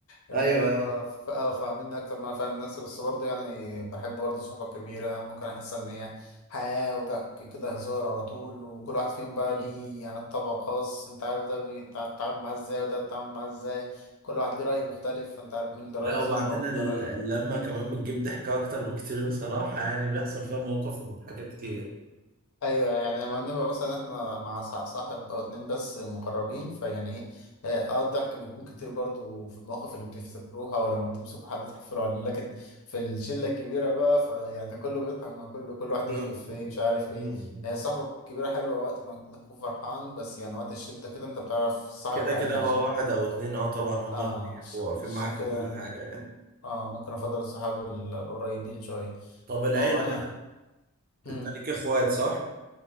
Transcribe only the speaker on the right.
ايوه
ايوه
لا وبعدين
ال-
اللمة كمان بتجيب ضحكة أكتر بكتير بصراحة يعني بيحصل فيها مواقف مضحكة كتير
نعم.
مم.
كده
كده هو
واحد أو اتنين اه طبعا هما
اللي بيبقوا
واقفين
معاك
في كل
حاجة يعني
مم.
طب العيلة
بقى
أنت ليك إخوات صح؟